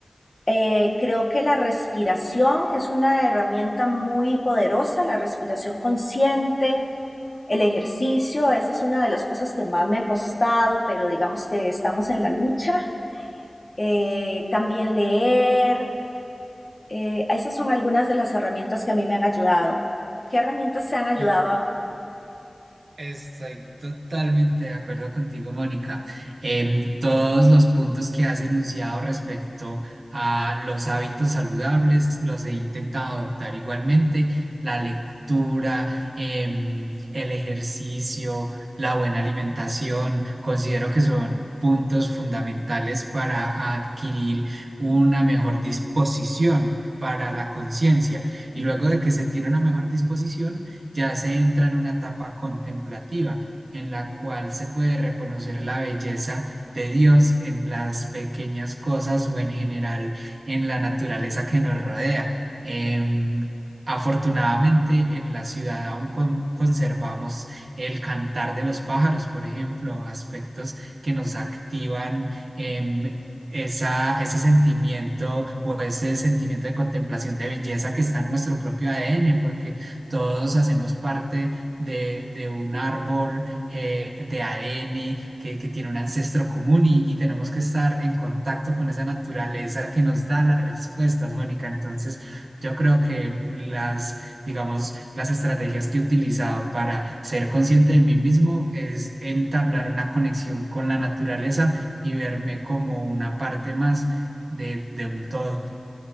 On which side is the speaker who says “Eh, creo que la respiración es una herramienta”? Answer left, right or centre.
Left